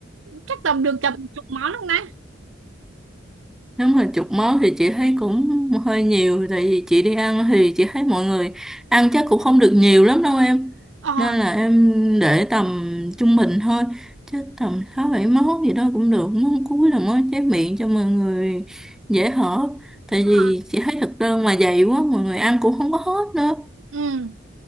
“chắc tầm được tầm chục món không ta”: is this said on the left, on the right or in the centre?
Right